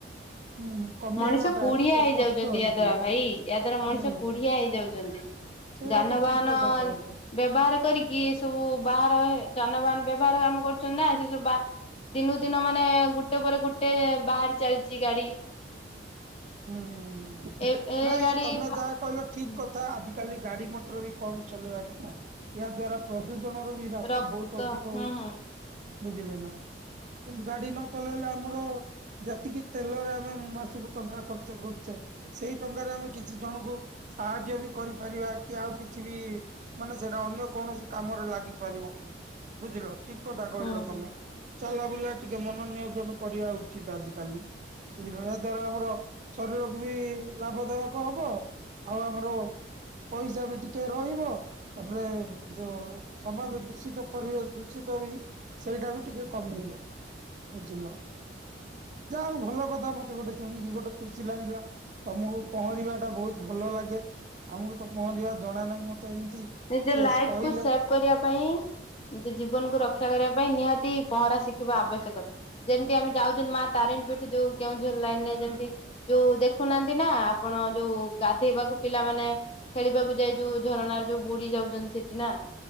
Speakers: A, on the right; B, on the left.
A: ଉଁ। କମେଇବା
B: ମଣିଷ
A: ଟା
B: କୁଢିଆ
A: ଟିକେ
B: ହେଇଯାଉଛନ୍ତି
A: କଷ୍ଟ ହେଇଯିବ।
B: ୟା ଦ୍ଵାରା ଭାଇ ୟା ଦ୍ଵାରା ମଣିଷ
A: ହୁଁ
B: କୁଡିିଆ ହେଇଯାଉଛନ୍ତି।
A: ସେଇଟା
B: ଯାନବାହାନ।
A: ତ ଠିକ କଥା କହିଲେ।
B: ବ୍ୟବହାର କରିକି ଏ ସବୁ ବାହାର ଯାନବାହାନ ବ୍ୟବହାର ଆମେ କରୁଛନ୍ତି ନା ସେ ସବୁ ବା ଦିନକୁ ଦିନ ମାନେ ଗୋଟେ ପରେ ଗୋଟେ ବାହାରି ଚାଲିଛି ଗାଡି।
A: ହୁଁ ହୁଁ ହୁ
B: ଏ ଏ
A: ନାଇଁ
B: ଗାଡି
A: ତମେ ଯାହା କହିଲ ଠିକ
B: ହୁଁ
A: କଥା ଆ କାଲି ଗାଡି ମଟର ବି କମ ଚଲେଇବା କଥା ଏହା ଦ୍ଵାରା ପ୍ରଦୂଷଣର ରାସ
B: ରକ୍ତ
A: ବହୁତ ଅଧିକ
B: ହୁଁ
A: ହଉଛି
B: ହୁଁ
A: ବୁଝିଲ ନା। କିନ୍ତୁ ଗାଡି ନ ଚଲେଇଲେ ଆମର ଜାତିକି ତେଲରେ ଆମେ ମାସକୁ ଟଙ୍କା ଖର୍ଚ୍ଚ କରୁଛେ ସେଇ ଟଙ୍କାରେ ଆମେ କିଛି ଜଣଙ୍କୁ ସାହାଯ୍ୟ ବି କରିପାରିବା। କି ଆଉ କିଛି ବି-ଇ-ଇ ମାନେ ସେଇଟା ଅନ୍ୟ କୌଣସି କାମରେ ଲାଗିପାରିବ। ବୁଝିଲ ଠିକ କଥା କହିଲ
B: ହୁଁ ହୁଁ
A: ତମେ। ଚଲା ବୁଲା ଟିକେ ମନୋନିୟୋଜନ କରିବା ଉଚିତ ଆଜି କାଲି। ବୁଝିଲ ଏହା ଦ୍ଵାରା ଆମର ଶରୀରକୁ ବି ଲାଭଦାୟକ ହବ ଆଉ ଆମର ପଇସା ବି ଟିକେ ରହିବ। ତାପରେ ଯୋଉ ସମାଜ ଦୂଷିତ ପରିବେଶ ଦୂଷିତ ବି ସେଇଟା ବି ଟିକେ କମିବ ବୁଝିଲ। ଯା ହଉ ଭଲ କଥା ମତେ ଗୋଟେ ଶୁଣିକି ଗୋଟେ ଖୁସି ଲାଗିଲା ତମକୁ ପହଁରିବା ଟା ବହୁତ ଭଲ ଲାଗେ। ଆମକୁ ତ ପହଁରିବା ଜଣା ନାହିଁ ମତେ ଏମିତି
B: ନିଜ
A: କିଏ
B: ଲାଇଫ
A: କହିଲେ।
B: କୁ ସେଭ କରିବା ପାଇଁ ନିଜ ଜୀବନକୁ ରକ୍ଷା କରିବା ପାଇଁ ନିହାତି ପହଁରା ଶିଖିବା ଆବଶ୍ୟକ। ଯେମିତି ଆମେ ଯାଉଛନ୍ତି ମା ତାରିଣୀ ପୀଠ ଯୋଉ କେଉଁଝର ଲାଇନରେ ଯେମିତି ଯୋଉ ଦେଖୁନାହାନ୍ତି ନା ଆପଣ ଯୋଉ ଗାଧେଇବାକୁ ପିଲାମାନେ ଖେଳିବାକୁ ଯାଇ ଯୋଉ ଝରଣାରେ ଯୋଉ ବୁଡି ଯାଉଛନ୍ତି ସେଠି ନା।